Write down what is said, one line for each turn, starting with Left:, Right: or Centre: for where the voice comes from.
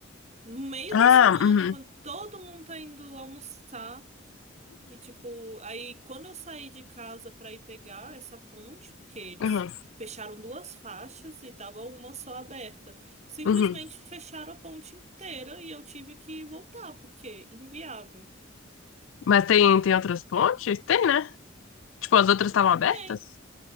Right: No meio
Left: Ah,
Right: da semana,
Left: uhum.
Right: quando todo mundo tá indo almoçar. E tipo, aí quando eu saí de casa pra ir pegar essa ponte, porque eles
Left: Uhum.
Right: fecharam duas faixas e tava uma só aberta, simplesmente
Left: Uhum.
Right: fecharam a ponte inteira e eu tive que voltar, porque inviável.
Left: Mas tem, tem outras pontes? Tem, né? Tipo, as outras estavam abertas?
Right: Tem,